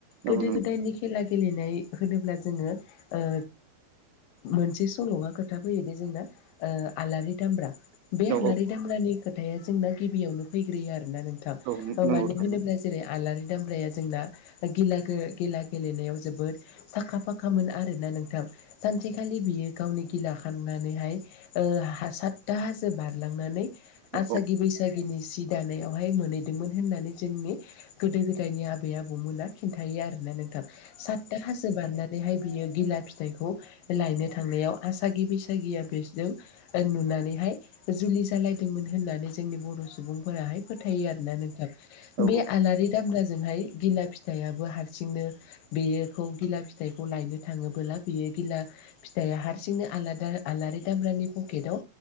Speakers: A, on the right; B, on the left.
A: औ
B: गोदो
A: नंगौ
B: गोदायनि खेला गेलेनाय होनोब्ला जोङो ओ मोनसे सल'आ खोथा फैयोदि जोंना ओ आलारि दामब्रा।
A: थारैनो
B: बे
A: औ
B: हालारि दामब्रानि खोथाया जोंना गिबियावनो फैग्रोयो आरो ना नोंथां
A: औ नंगौ
B: मानो
A: थारैनो
B: होनोब्ला जेरै आलारि दामब्राया जोंना गिला गो गिला गेलेनायाव जोबोद आखा फाखामोन आरोना नोंथां। सानसेखालि बियो गावनि गिला खाननानैहाय सातथा हाजो बारलांनानै
A: औ
B: आसागि बैसागिनि सि दानायावहाय मोनहैदोंमोन होननानै जोंनि गोदो गोदायनि आबै आबौमोना खिन्थायो आरोना नोंथां सातथा हाजो बारनानैहाय बियो गिला फिथाइखौ लायनो थांनायाव आसागि बैसागिया बेसोरजों ओ नुनानैहाय जुलि जालायदोंमोन होननानै जोंनि बर' सुबुंफोराहाय फोथायो आरोना नोंथां
A: औ थारैनो औ नंगौ थारैनो औ
B: बे आलारि दामलाजोंहाय गिला फिथाइयाबो हारसिंनो बेयोखौ गिला फिथाइखौ लायनो थाङोबोला बेयो गिला फिथाइआ हारसिंनो आलादा आलारि दामब्रानि पकेटाव